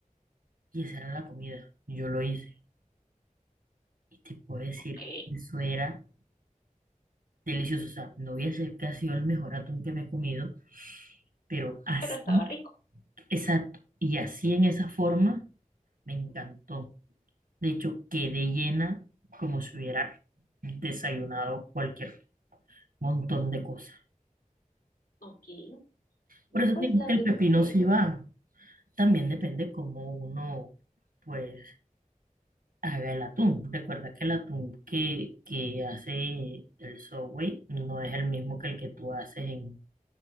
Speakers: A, on the right; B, on the left.
A: y esa era la comida. Yo lo hice y te puedo decir,
B: ok,
A: eso era delicioso. O sea, no voy a decir que ha sido el mejor atún que me he comido, pero así,
B: pero estaba rico.
A: exacto, y así en esa forma me encantó. De hecho, quedé llena como si hubiera desayunado cualquier montón de cosas.
B: Ok, yo
A: Por eso
B: pues
A: te digo
B: las
A: que el
B: veces
A: pepino
B: que
A: sí va. También depende cómo uno, pues, haga el atún. Recuerda que el atún que, que hace el Subway no es el mismo que el que tú haces en...